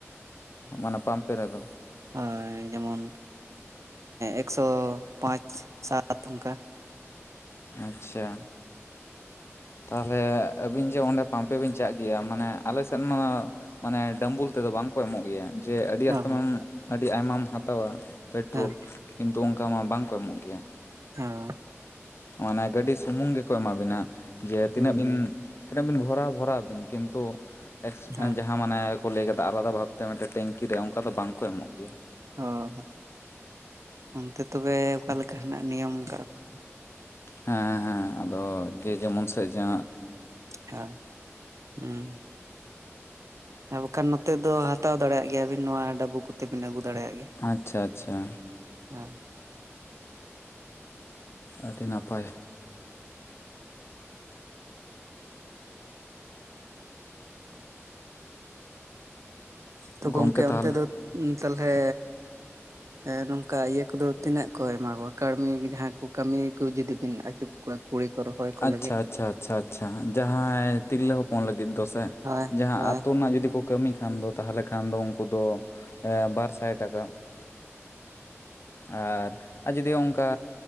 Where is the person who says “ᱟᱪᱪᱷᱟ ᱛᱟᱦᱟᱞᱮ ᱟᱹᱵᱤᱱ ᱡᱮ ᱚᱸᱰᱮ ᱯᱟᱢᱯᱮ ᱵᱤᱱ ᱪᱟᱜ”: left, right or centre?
Left